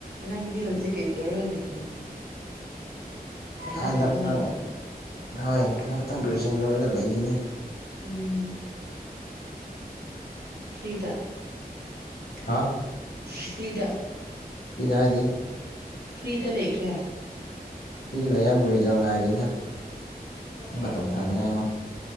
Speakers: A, on the right; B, on the left.
A: ꯅꯪꯗꯤ ꯍꯧꯖꯤꯛ ꯀꯩ- ꯀꯩꯗꯧꯔꯒ ꯂꯩꯔꯤꯅꯣ ꯂꯥꯏꯔꯤꯛ
B: ꯍꯟꯗꯛꯇ
A: ꯇꯝꯃꯒ ꯂꯩꯕ꯭ꯔꯥ
B: ꯍꯣꯏ ꯍꯟꯗꯛꯈꯥꯇꯡ ꯒ꯭ꯔꯦꯖꯨꯑꯦꯁꯟ ꯂꯣꯏꯔꯒ ꯂꯩꯔꯤꯅꯦ
A: ꯎꯝ ꯐ꯭ꯔꯤꯗ
B: ꯍꯥꯥ
A: ꯐ꯭ꯔꯤꯗ
B: ꯐ꯭ꯔꯤꯗ ꯍꯥꯏꯗꯤ
A: ꯐ꯭ꯔꯤꯗ ꯂꯩꯈ꯭ꯔꯦ
B: ꯐ꯭ꯔꯤꯗ ꯂꯩ ꯍꯥꯏꯕꯨ ꯉꯥꯏꯔꯤꯗ ꯃꯇꯝ ꯊꯅꯤ ꯍꯥꯏꯉꯣ